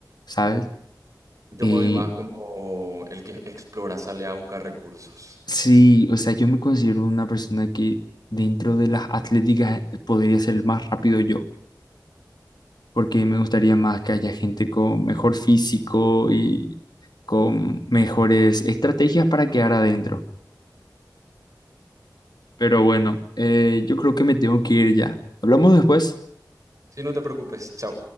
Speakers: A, on the left; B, on the right.
A: ¿sabes?
B: Yo
A: Eh,
B: me voy más como el que explora, sale a buscar recursos.
A: sí, o sea, yo me considero una persona que dentro de las atléticas podría ser más rápido yo, porque me gustaría más que haya gente con mejor físico y con mejores estrategias para quedar adentro. Pero bueno, eh, yo creo que me tengo que ir ya. ¿Hablamos después?
B: Si no te preocupes, chao.